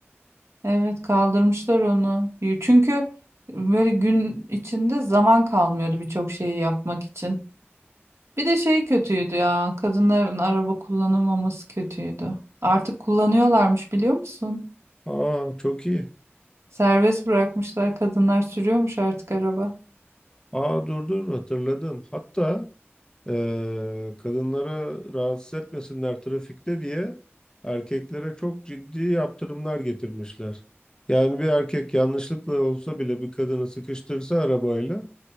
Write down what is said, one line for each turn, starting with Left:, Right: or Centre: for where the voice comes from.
Right: Evet kaldırmışlar onu. Çünkü böyle gün içinde zaman kalmıyordu birçok şeyi yapmak için. Bir de şey kötüydü ya. Kadınların araba kullanamaması kötüydü. Artık kullanıyorlarmış biliyor musun?
Left: Aa çok iyi.
Right: Serbest bırakmışlar kadınlar sürüyormuş artık araba.
Left: Aa dur dur hatırladım. Hatta eee, kadınları rahatsız etmesinler trafikte diye erkeklere çok ciddi yaptırımlar getirmişler. Yani bir erkek yanlışlıkla olsa bile bir kadını sıkıştırsa arabayla